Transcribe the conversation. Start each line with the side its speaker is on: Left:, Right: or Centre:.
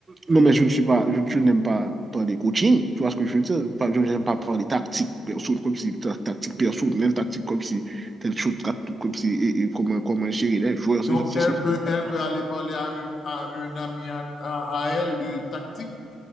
Right: non, mais je ne suis pas, je, je n'aime pas parler coaching, tu vois ce que je veux dire? Pas- Je n'aime pas parler tactique, perso, comme si, ta- tactique personnelle, tactique comme si, telle chose, ta- comme si, et, et comment, comment gérer les joueurs, c'est
Left: Donc,
Right: c'est
Left: elle
Right: ce que
Left: peut,
Right: je veux dire.
Left: elle peut aller parler à, une- à un ami à, à- à elle de tactique.